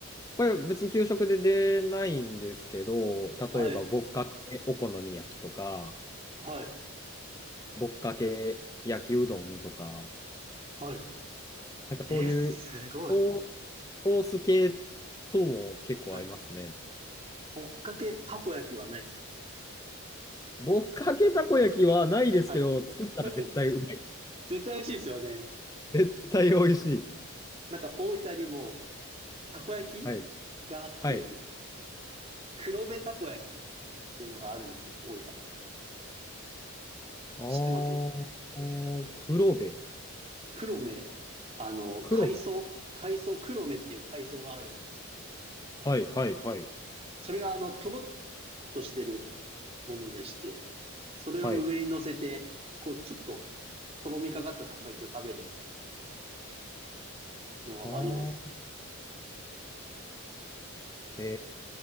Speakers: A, on the left; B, on the right.
A: これ別に給食で出ないんですけど、例えば、
B: ー、はい、
A: ぼっかけお好み焼きとか、
B: はい、
A: ぼっかけ焼きうどんとか、
B: はい。
A: なんかそういう、
B: えすごい。
A: ソーソース系とも結構合いますね。
B: はい。ぼっかけたこ焼きはないですか
A: ぼっかけたこ焼きはないですけど、
B: はい。
A: 作ったら絶対うまいです。
B: <laughs> 絶対美味しいですよね。
A: 絶対美味しい。
B: なんか大分にもたこ焼き
A: はい。
B: があってですね、
A: はい。
B: 黒部たこ焼きっていうのがあるんですよ、大分。
A: あー、
B: 知ってます
A: おー黒部。
B: 黒目、あの、
A: 黒部。
B: 海藻、海藻、黒目っていう海藻があるんですけど、
A: はい、はい、はい、
B: それがあの、とろっとしてるものでして、それを上に乗せて、
A: はい。
B: こう、ちょっと、とろみかかったたこ焼きを食べるみたいなのはあります。
A: ああ、え